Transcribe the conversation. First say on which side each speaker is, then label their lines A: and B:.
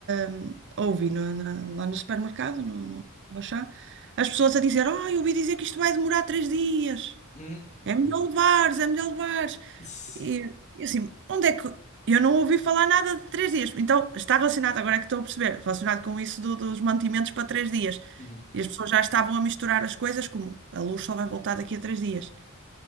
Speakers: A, on the right; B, on the left.
A: hum, ouvi no- na- lá no supermercado, no, no Auchan, as pessoas a dizer, ah, eu ouvi dizer que isto vai demorar três dias.
B: Uhum.
A: É
B: Covid.
A: melhor levares, é melhor levares.
B: Tss. <laughs>
A: E, e assim, onde é que. Eu não ouvi falar nada de três dias. Então, está relacionado, agora é que estou a perceber, relacionado com isso do- dos mantimentos para três dias.
B: Uhum.
A: E as pessoas já estavam a misturar as coisas, como a luz só vai voltar daqui a três dias.